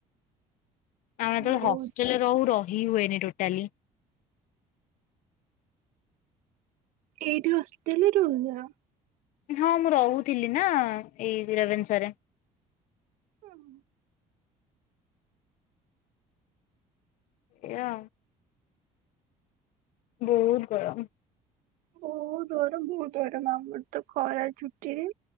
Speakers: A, on the left; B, on the right.
A: ଆମେ ଯେତେବେଳେ
B: ବହୁତ
A: ହଷ୍ଟେଲରେ ରହୁ। ରହି ହୁଏନି ଟୋଟାଲି।
B: ଏଇଠି ହଷ୍ଟେଲ ରେ ରହୁଚ।
A: ହଁ ମୁଁ ରହୁଥିଲି ନା ଏଇ ବୀରବନ୍ସରେ।
B: ଓ ହୋ।
A: ଏହା ବହୁତ ଗରମ।
B: ବହୁତ ଗରମ ବହୁତ ଗରମ। ଆମର ତ ଖରା ଛୁଟିରେ